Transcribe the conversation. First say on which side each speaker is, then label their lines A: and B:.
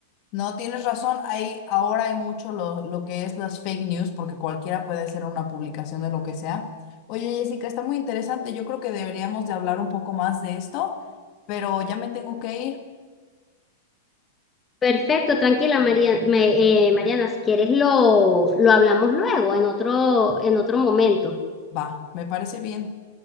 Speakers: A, on the left; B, on the left.
A: No, tienes razón. Hay, ahora hay mucho lo, lo que es las fake news, porque cualquiera puede hacer una publicación de lo que sea. Oye, Jessica, está muy interesante. Yo creo que deberíamos de hablar un poco más de esto, pero ya me tengo que ir.
B: Perfecto, tranquila María, me- eh, Mariana, si quieres lo, lo hablamos luego en otro, en otro momento.
A: Va, me parece bien.